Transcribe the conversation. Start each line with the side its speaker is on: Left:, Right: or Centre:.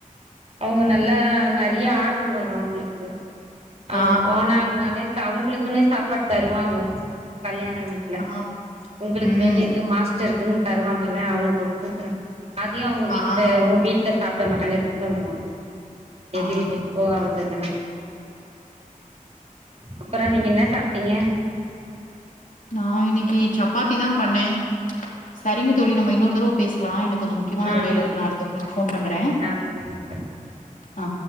Right: அவுங்க நல்லா நெறைய ஆர்டரு வரு அவுங்களுக்கு அவுங்க
Left: ஆ.
Right: போனாங்கனாலே அவுங்களுக்குன்னே சாப்பாடு தருவாங்க கல்யாண வீட் ல
Left: ஆ.
Right: உங்களுக்கு
Left: ம்.
Right: வேண்டியது மாஸ் மிச்ச இருக்குன்னு தருவாங்கல்ல அவுங்களுக்கு அதையு அவுங்க வீட்ல
Left: ஆ.
Right: உங்க வீட் ல சாப்ட மாட்டாங்க எடுத்துட்டு வந்துருவாங்க எது
Left: ஆ.
Right: எது எப்போ வந்துதுன்னா அப்புற நீங்க என்ன சாப்ட்டீங்க
Left: நா இன்னைக்கு சப்பாத்திதா பண்ணே சரிங்க தோழி நம்ம இன்னொரு தரவ பேசலா எனக்கு கொஞ்ச முக் முக்கியமான
Right: ஆ
Left: ஒரு வேல இருக்கு நா அடுத்து உங்களுக்கு
Right: சரி
Left: ஃபோன் பண்றே
Right: ஆ சரி
Left: ஆ